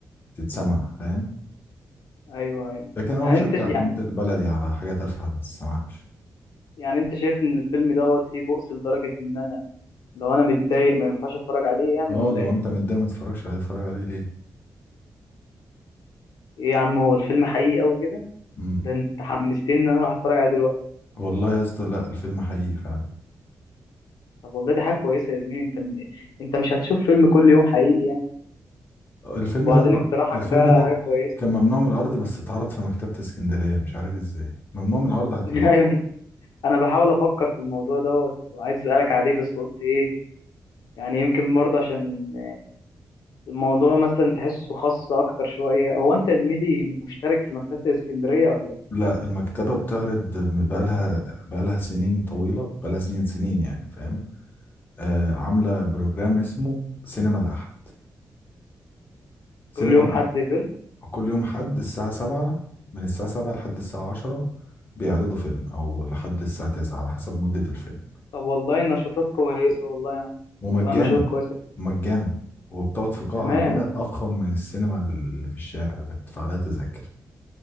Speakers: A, on the left; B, on the left.
A: تتسمع فاهم
B: ايوه ايوه
A: لكن اروح
B: يعني
A: اشجع
B: انت يعني
A: منتج بلدي على حاجة تافهة ما تسمعش
B: يعني انت شايف ان الفيلم دوت فيه بؤس لدرجه ان انا لو انا متضايق ما ينفعش اتفرج عليه يعني
A: اه
B: ولا
A: لو
B: ايه
A: انت متضايق ما تتفرجش عليه اتفرج عليه ليه
B: ايه يا عم هو الفيلم حقيقي قوي كده
A: مم.
B: ده انت حمستني ان انا اروح اتفرج عليه دلوقتي
A: والله يا اسطى لا الفيلم حقيقي فعلا
B: طب والله دي حاجه كويسه يا زميلي انت من إيه؟ انت مش هتشوف فيلم كل يوم حقيقي يعني
A: الفيلم
B: وبعدين
A: ده تع-
B: اقتراحك
A: الفيلم
B: ده
A: ده
B: حاجه كويسه
A: كان ممنوع من العرض بس اتعرض في مكتبة اسكندرية مش عارف ازاي ممنوع من العرض على التلفزيون
B: <laughs> ايوه انا بحاول افكر في الموضوع دوت وعايز اسالك عليه بس قلت ايه يعني يمكن برضه عشان الموضوع مثلا تحسه خاص اكتر شويه هو انت يا زميلي مشترك في مكتبه الاسكندريه ولا ايه
A: لا المكتبة بتعرض م- بقالها بقالها سنين طويلة بقالها سنين سنين يعني فاهم آه عاملة بروجرام اسمه سينما الأحد سينما
B: كل يوم
A: الأحد
B: حد فيلم
A: كل يوم حد الساعة سبعة من الساعة سبعة لحد الساعة عشرة بيعرضوا فيلم أو لحد الساعة تسعة على حسب مدة الفيلم
B: طب والله نشاطات كويسه والله يا عم
A: ومجانا
B: والله نشاطات كويسه
A: مجانا وبتقعد في قاعة
B: كمان
A: كده أفخم من السينما اللي في الشارع اللي بتدفع لها تذاكر